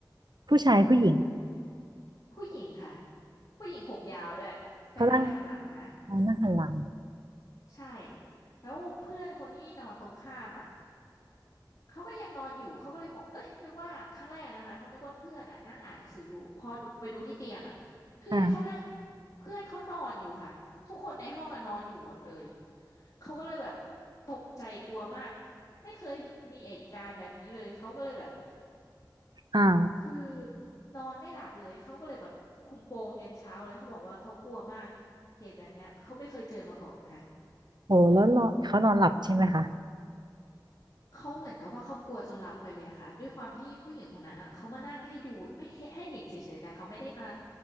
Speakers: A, on the right; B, on the left.
A: ผู้ชายผู้หญิง
B: ผู้หญิงค่ะผู้หญิงผมยาวด้วยแต่นั่งหันหลังนะ
A: เขานั่งเขานั่งหันหลัง
B: ใช่แล้วเพื่อนคนที่นอนตรงข้ามอ่ะเขาก็ยังนอนอยู่เขาก็เลยมองเอ้ยนึกว่าครั้งแรกนะคะเขานึกว่าเพื่อนอ่ะนั่งอ่านหนังสืออยู่พอไปดูที่เตียงอ่ะเพื่อนเขานั่ง
A: อ่ะ
B: เพื่อนเขานอนอยู่ค่ะทุกคนในห้องอ่ะนอนอยู่หมดเลยเขาก็เลยแบบตกใจกลัวมากไม่เคยมีเหตุการณ์แบบนี้เลยเขาก็เลยแบบ
A: อ้าว
B: คือนอนไม่หลับเลยเขาก็เลยแบบคุมโปงยันเช้าเลยเขาบอกว่าเขากลัวมากเหตุแบบเนี้ยเขาไม่เคยเจอมาก่อนนะคะ
A: โอ้แล้วนอนเขานอนหลับใช่ไหมคะ
B: อืม เขาเหมือนกับว่าเขากลัวจนหลับไปเลยอะค่ะด้วยความที่ผู้หญิงคนนั้นอ่ะเขามานั่งให้ดูไม่ให้ให้เห็นเฉยๆแต่เขาไม่ได้มา